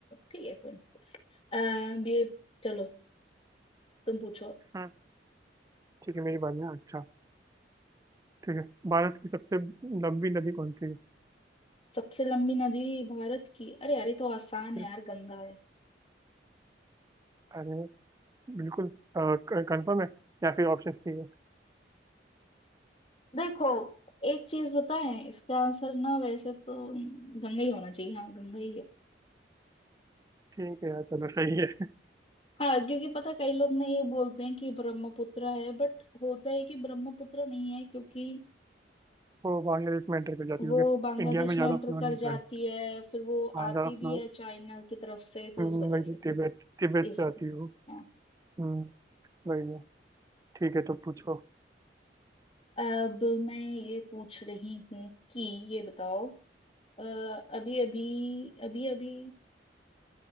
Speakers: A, on the left; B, on the right.
A: ठीक है कोई नहीं। अम, ये चलो तुम पूछो
B: हाँ ठीक है मेरी बात ना अच्छा ठीक है भारत की सबसे लंबी नदी कौन सी है
A: सबसे लंबी नदी भारत की अरे यार ये तो आसान
B: यस
A: है यार गंगा है
B: अरे बिल्कुल कंफर्म है या फिर ऑप्शन सी है
A: देखो एक चीज बताएं इसका आंसर ना वैसे तो गंगा ही होना चाहिए हाँ गंगा ही है
B: ठीक है यार चलो सही है
A: हाँ क्योंकि पता कई लोग ना ये बोलते हैं कि ब्रह्मपुत्र है बट होता है कि ब्रह्मपुत्र नहीं है क्योंकि
B: वो बांग्लादेश में एंटर कर जाती
A: वो
B: है क्योंकि
A: बांग्लादेश
B: इंडिया में ज़्यादा
A: में एंटर
B: फ्लो
A: कर
B: नहीं
A: जाती
B: कर
A: है फिर वो
B: हाँ
A: आती
B: ज़्यादा
A: भी
B: फ्लो
A: है चाइना की तरफ से तो
B: वही
A: उस वजह
B: तो
A: से
B: तिब्बत तिब्बत
A: इस
B: से आती है वो
A: हाँ
B: हम्म, वही है ठीक है तो पूछो
A: अब मैं ये पूछ रही हूँ कि ये बताओ अभी अभी अभी अभी